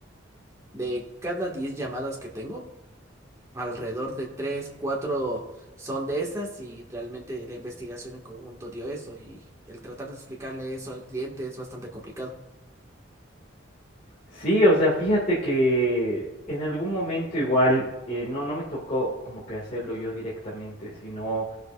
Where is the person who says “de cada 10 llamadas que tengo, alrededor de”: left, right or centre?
Right